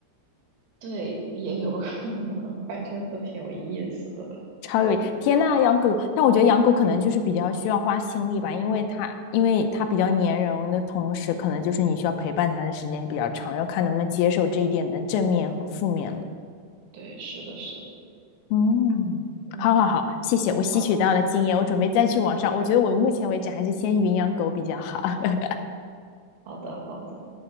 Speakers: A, on the right; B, on the left.
A: 对，也有可能，反正都挺有意思的。
B: 超有天呐，养狗但我觉得养狗可能就是比较需要花心力吧，因为它因为它比较粘人的同时，可能就是你需要陪伴它的时间比较长，要看能不能接受这一点的正面和负面了。
A: 对，是的，是的，
B: 嗯，
A: 嗯，
B: 好好好，谢谢，我吸取到了经验，
A: 好，
B: 我准备再去网上。我觉得我目前为止还是先云养狗比较好。<laughs>
A: 好的，好的。